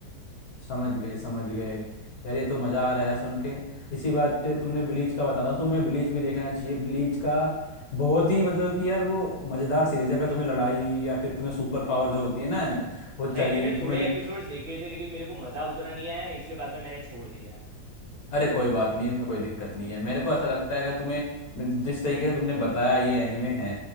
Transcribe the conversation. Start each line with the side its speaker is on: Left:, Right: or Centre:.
Left: समझ गए समझ गए यार ये तो मज़ा आ रहा है यार सुन के इसी बात पे तुमने ब्लीच का बताता हूँ तुम्हें ब्लीच भी देखना चाहिए ब्लीच का बहुत ही मतलब कि यार वो मज़ेदार सीरीज है अगर तुम्हें लड़ाई या फिर तुम्हें सुपर पावर जो होती है ना वो चाहिए
Right: भाई मैंने
Left: तुम्हें
Right: थोड़े एपिसोड्स देखे थे लेकिन मेरे को मज़ा उतना नहीं आया ना इसलिए बाद में मैंने छोड़ दिया
Left: अरे कोई बात नहीं इसमें कोई दिक्कत नहीं है मेरे को ऐसा लगता है अगर तुम्हें जिस तरीके से तुमने बताया ये एनीमे है